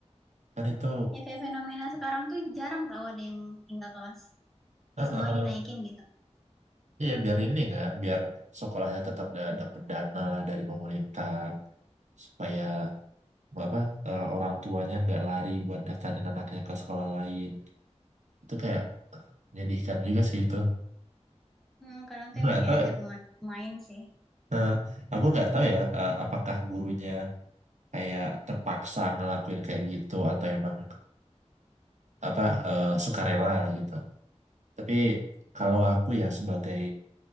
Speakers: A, on the right; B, in the centre.
A: kan itu,
B: Ya kayak fenomena sekarang tuh jarang tau ada yang tinggal kelas. Kayak
A: Heeh.
B: semuanya dinaikin gitu.
A: Iya biar ini kan, biar sekolahnya tetap da- dapat dana lah dari pemerintah supaya apa eh, orang tuanya nggak lari buat daftarin anaknya ke sekolah lain, itu kayak menyedihkan juga sih itu.
B: Hmm, kadang tuh
A: Aku
B: emang
A: Nggak
B: kayak
A: tahu,
B: ada
A: ya,
B: pemain-pemain sih.
A: eh, aku nggak tahu ya eh, apakah gurunya kayak terpaksa ngelakuin kayak gitu atau emang apa eh, sukarela lah gitu. Tapi kalau aku ya sebagai